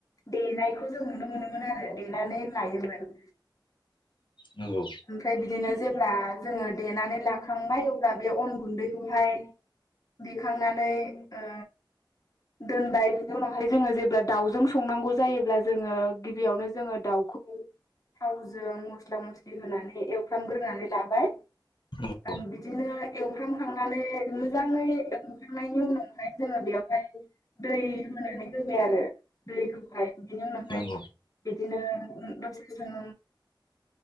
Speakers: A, on the left; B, on the left.
A: देनायखौ जों नुनो मोनोमोन आरो देनानै लायोमोन।
B: नंगौ
A: ओमफ्राय बिदिनो जेब्ला जोंङो देनानै लाखांबाय अब्ला बे अन गुन्दैखौहाय देखांनानै ओ दोनबाय बिनि उनावहाय जोंङो जेब्ला दाउजों संनांगौ जायोब्ला जोंङो गिबियावनो जोंङो दाउ खौ थावजों मस्ला मस्लि होनानै एवफ्रामग्रोनानै लाबाय
B: नंगौ
A: आं बिदिनो एवफ्रामखांनानै मोजांङै एवखांनायनि उनावहाय जोंङो बेयाव ओमफ्राय दै होनानै होबाय आरो दैखौहाय बिदिनो <inaudible> बिदिनो <inaudible>
B: नंगौ
A: बिदिनो उम सम